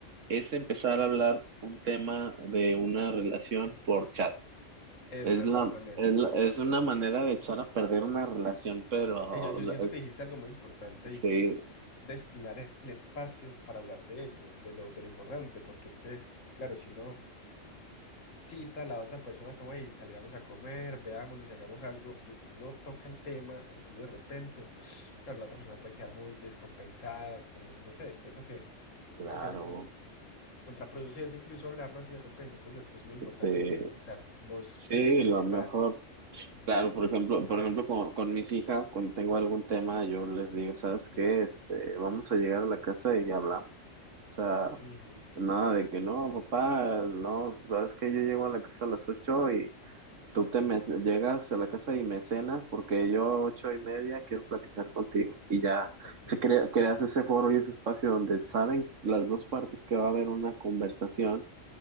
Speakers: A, on the right; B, on the left.
A: es empezar a hablar un tema de una relación por chat.
B: Es
A: Es
B: verdad
A: la,
B: también.
A: es la- es una manera de echar a perder una relación, pero
B: Sí. Eh, Yo, yo siento
A: es,
B: que dijiste algo muy importante
A: sí,
B: y que es destinar el espacio para hablar de ello, de lo, de lo importante, porque es que, claro, si uno cita a la otra persona como, hey, salgamos a comer, veámonos y hagamos algo, y uno toca el tema así de repente, <sniffs> claro, la otra persona puede quedar muy descompensada, no, no sé, siento que, que puede
A: claro,
B: ser como contraproducente incluso hablarlo así de repente, entonces me parece muy importante
A: sí,
B: que, claro, vos
A: sí,
B: crees el
A: lo
B: escenario,
A: mejor.
B: mencionas.
A: Claro, por ejemplo,
B: Ajá.
A: por ejemplo, con, con mis hijas, cuando tengo algún tema, yo les digo, ¿sabes qué?
B: Sí.
A: Este, vamos a llegar a la casa y hablamos. O sea,
B: Ujú.
A: nada de que no, papá, no, ¿sabes qué? Yo llego a la casa a las ocho y Tú
B: Ah,
A: te me llegas a la casa y me cenas porque yo a ocho y media quiero platicar contigo y ya
B: ok.
A: se crea, creas ese foro y ese espacio donde saben las dos partes que va a haber una conversación